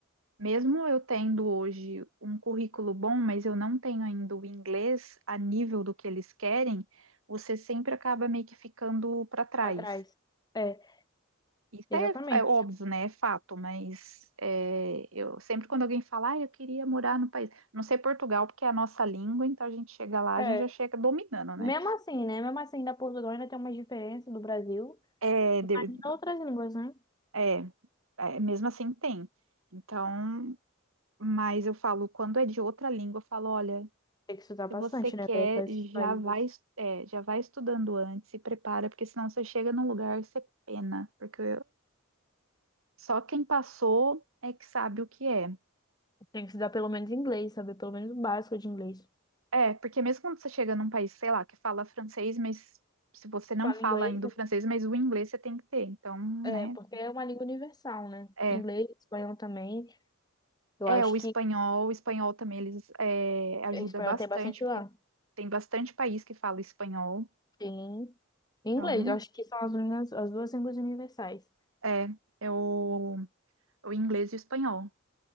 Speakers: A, on the right; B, on the left.
A: Mesmo eu tendo hoje um currículo bom, mas eu não tenho ainda o inglês a nível do que eles querem, você sempre acaba meio que ficando para trás.
B: atrás. É,
A: Isso
B: exatamente.
A: é, é óbvio, né? É fato, mas é, eu sempre quando alguém fala, ah, eu queria morar no país, não sei Portugal, porque é a nossa língua, então a gente chega lá,
B: É.
A: a gente já chega dominando, né?
B: Mesmo assim, né? Mesmo assim, da Portugal ainda tem uma diferença do Brasil.
A: É,
B: Imagina
A: de-
B: outras línguas, né?
A: é, é, mesmo assim tem. Então, mas eu falo, quando é de outra língua, eu falo, olha,
B: Tem que estudar bastante,
A: Se você quer,
B: né, para ir para esses
A: já
B: países.
A: vai, es- é, já vai estudando antes, se prepara, porque senão você chega num lugar e você pena, porque só quem passou é que sabe o que é.
B: Tem que estudar pelo menos inglês, saber pelo menos o básico de inglês.
A: É, porque mesmo quando você chega num país, sei lá, que fala francês, mas se você não
B: Fala
A: fala
B: inglês,
A: ainda
B: né?
A: o francês, mas o inglês você tem que ter, então,
B: É,
A: né?
B: porque é uma língua universal, né?
A: É,
B: Inglês, espanhol também. Eu
A: é
B: acho
A: o espanhol,
B: que
A: o espanhol também eles é, ajuda
B: espanhol
A: bastante,
B: tem bastante
A: porque
B: lá.
A: tem bastante país que fala espanhol,
B: Tem inglês,
A: então,
B: eu acho que são as, línguas, as duas línguas universais.
A: é, é o, o inglês e o espanhol.